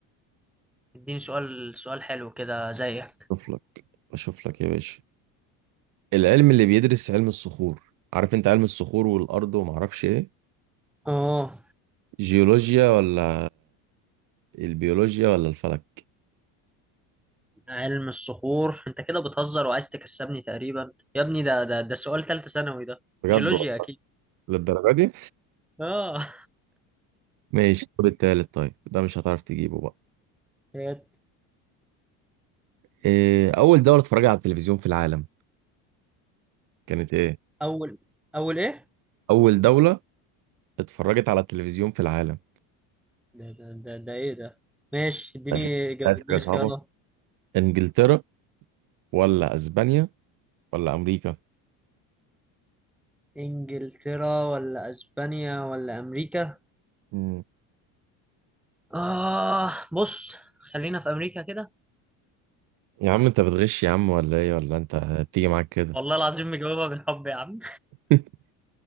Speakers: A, in the centre; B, on the right.
A: اديني سؤال سؤال حلو كده زيك
B: اشوف لك اشوف لك يا باشا العلم اللي بيدرس علم الصخور عارف انت علم الصخور والارض وما اعرفش ايه
A: اه
B: جيولوجيا ولا البيولوجيا ولا الفلك
A: علم الصخور انت كده بتهزر وعايز تكسبني تقريبا يا ابني ده ده ده سؤال ثالثة ثانوي ده
B: بجد
A: جيولوجيا
B: والله،
A: اكيد
B: للدرجه دي
A: اه
B: ماشي <laughs> طب التالت طيب ده مش هتعرف تجيبه بقى
A: إيه،
B: إيه، أول دولة اتفرجت على التلفزيون في العالم كانت ايه؟
A: اول اول ايه
B: أول دولة اتفرجت على التلفزيون في العالم
A: ده ده ده, ده ايه ده ماشي اديني
B: عايز
A: إجابة-
B: عايز
A: اديني
B: حاجه صعبه
A: خيارات
B: إنجلترا ولا أسبانيا ولا أمريكا
A: انجلترا ولا اسبانيا ولا امريكا
B: مم.
A: اه بص خلينا في امريكا كده
B: يا عم أنت بتغش يا عم ولا إيه ولا أنت بتيجي معاك كده
A: والله العظيم مجاوبها بالحب يا عم
B: <laughs>